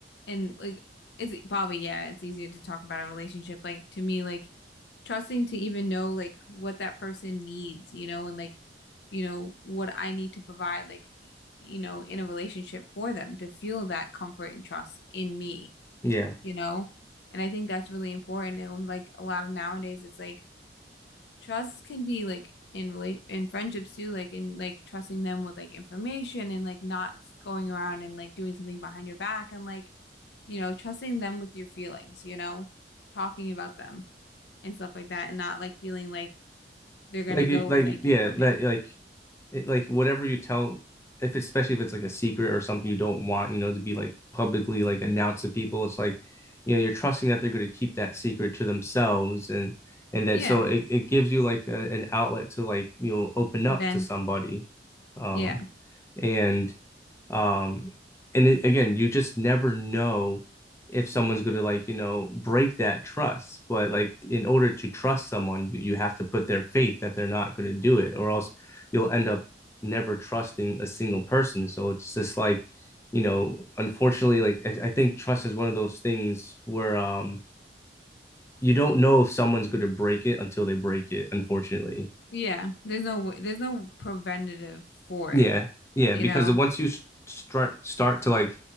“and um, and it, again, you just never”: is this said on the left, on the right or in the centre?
Left